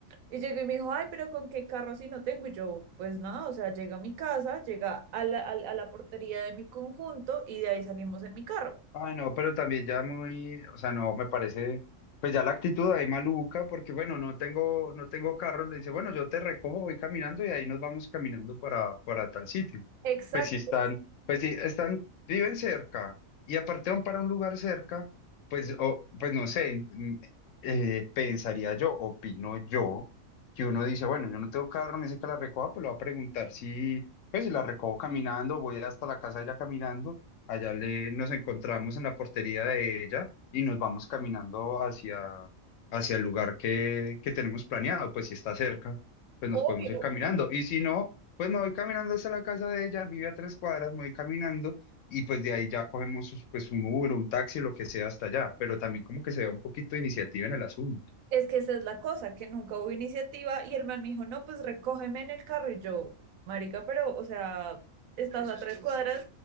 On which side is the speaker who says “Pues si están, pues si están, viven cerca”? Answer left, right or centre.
Left